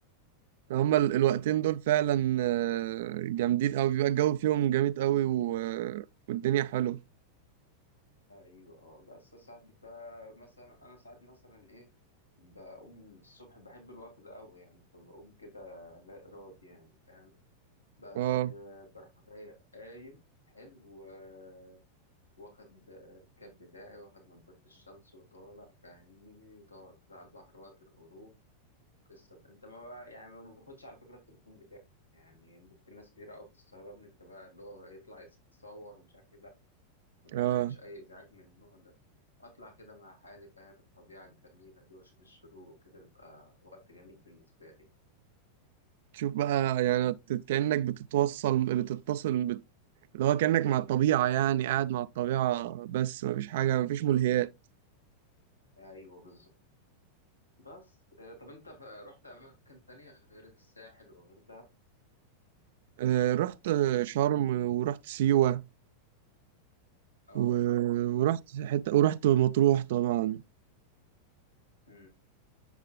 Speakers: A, on the right (about 55°); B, on the left (about 85°).
A: هما ال- الوقتين دول فعلا آه، جامدين قوي بيبقى الجو فيهم جامد قوي و... والدنيا حلوه
B: بحسها ايوه اه بس يا صاحبي فمثلا انا ساعات مثلا ايه بقوم الصبح بحب الوقت ده قوي يعني فبقوم كده لا ارادي يعني فاهم بس
A: اه
B: آه، بروح جاي قايم حلو و- واخد آه، الكاب بتاعي واخد نضارة الشمس وطالع فاهمني طالع كده على البحر وقت الغروب قصة انت ما بقى يعني ما باخدش على فكرة التليفون بتاعي يعني ممكن ناس كتير قوي بتستغربني انت بقى اللي هو يطلع يتصور ومش عارف ايه ما بحبش
A: اه
B: أي إزعاج من النوع ده أطلع كده مع حالي فاهم الطبيعة الجميلة دي وأشوف الشروق وكده يبقى وقت جميل بالنسبة لي
A: تشوف بقى يعني بت- كأنك بتتوصل بتتصل بت... اللي هو كأنك مع الطبيعة يعني قاعد مع الطبيعة بس مفيش حاجة مفيش ملهيات
B: أيوه بالظبط بس آه، طب أنت ف- رحت أماكن تانية غير الساحل وغير ده؟
A: آه، رحت شرم ورحت سيوة
B: أه
A: و- ورحت حتة ورحت مطروح طبعا
B: مم.